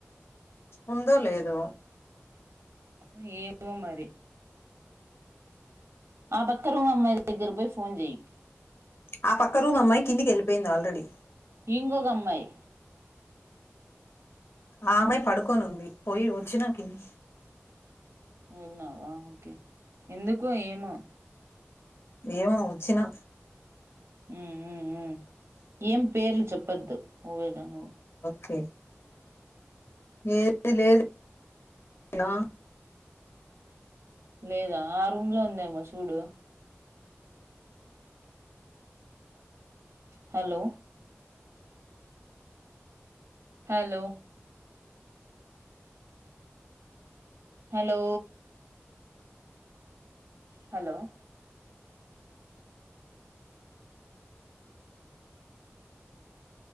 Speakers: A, on the left; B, on the right.
A: ఉందో లేదో
B: అవును ఏమో మరి ఆ బక్కరూమ్ అమ్మాయి దగ్గర బోయి ఫోన్ చేయ్
A: ఆ పక్క రూం అమ్మాయి కిందికి వెళ్ళిపోయింది ఆల్రెడీ
B: ఇంగొక అమ్మాయి
A: ఆ అమ్మాయి పడుకోనుంది పోయి వచ్చినా కిన్
B: విన్నావా ఓకే ఎందుకు ఏమా
A: ఏమో వచ్చినా
B: ఉ ఉ ఉమ్ ఏం పేర్లు చెప్పద్దు ఒవేళ ను
A: కే ఏది లేదు ఎలా
B: లేదా ఆ రూమ్ లో ఉందేమో చూడు hello hello hello hello